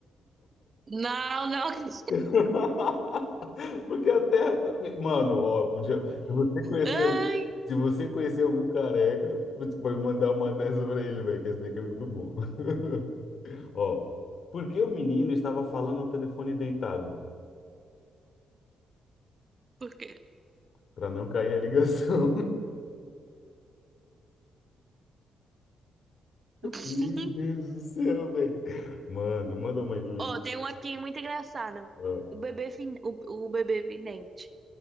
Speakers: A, on the right; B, on the left.
A: Não, não. <laughs>
B: <laughs> Porque a terra. tá- Mano, ó, podia. Se você conhecer,
A: Ai,
B: se você conhecer algum careca, putz, pode mandar uma dessa pra ele, velho, que esse daqui é muito bom. <laughs> Ó, por que o menino estava falando ao telefone deitado?
A: por quê?
B: Pra não cair a ligação.
A: <laughs>
B: Meu Deus do céu, velho. Mano, manda uma aí pra mim.
A: Ó, tem um aqui muito engraçado.
B: Ó.
A: O bebê, fin- o, o bebê vidente.